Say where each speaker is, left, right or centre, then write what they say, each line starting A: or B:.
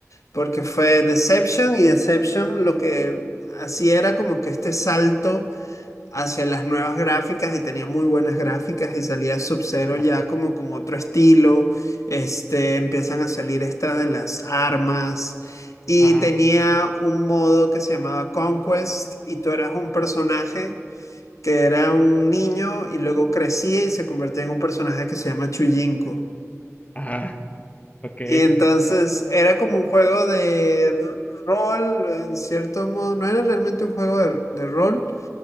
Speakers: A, on the left (about 70°); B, on the left (about 30°).
A: Porque fue Deception y Deception lo que hacía era como que este salto hacia las nuevas gráficas y tenía muy buenas gráficas y salía Sub-Zero
B: ajá,
A: ya como con otro estilo. Este, empiezan a salir estas de las armas y
B: ajá,
A: tenía un modo que se llamaba Conquest y tú eras un personaje que era un niño y luego crecía y se convertía en un personaje que se llama Chujinko.
B: ajá, ok.
A: Y entonces era como un juego de r- rol, en cierto modo. No era realmente un juego de, de rol,